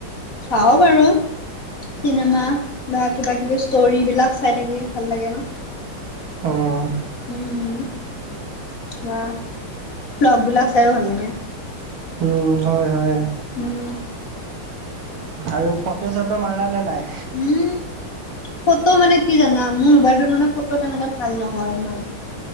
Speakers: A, on the left; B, on the right.
A: চাও বাৰু চিনেমা বাত' কিবা কিবি ষ্টৰিবিলাক চাই থাকিয় ভাল লাগে ন।
B: অঁ
A: উম বা ফ্লগ বিলাক চাইও ভাল লাগে।
B: উম হয় হয়।
A: উম!
B: আৰু ফটো চটো মাৰা নে নাই?
A: উম! ফটো মানে কি জানা, মোৰ মোবাইলটোত মানে ফটো তেনেকে ভাল নহয় ইমান।